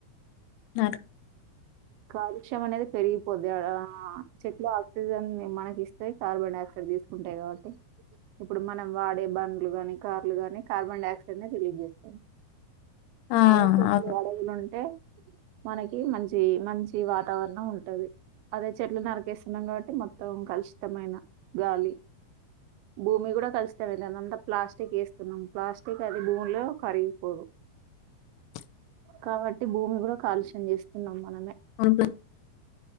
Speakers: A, on the left (about 85°); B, on the right (about 80°).
A: నారు
B: కాలుష్యం అనేది పెరిగిపోది ఆడ ఆహ్ చెట్లు ఆ ఆక్సిజన్ మనకి ఇస్తయ్ కార్బన్డయాక్సైడ్ తీసుకుంటాయి కాబటి ఇప్పుడు మనం వాడే బండ్లు గాని కార్లు గాని కార్బన్ డైఆక్సైడ్ ని రిలీజ్ చేస్తాయి
A: ఆ
B: అదే చెట్లు
A: అవును
B: అడవులుంటే మనకి మంచీ మంచి వాతావరణం ఉంటది అదే చెట్లు నరికెస్తున్నాం కాబట్టి మొత్తం కలుషితమైన గాలి భూమి కూడా కాలుషతమేతాంది అంతా ప్లాస్టిక్ ఏస్తున్నాం ప్లాస్టిక్ అది భూమిలో కరిగిపో కుహు
A: <inaudible>
B: కాబట్టి భూమి కూడా కాలుష్యం చేస్తునం మనమే
A: అవును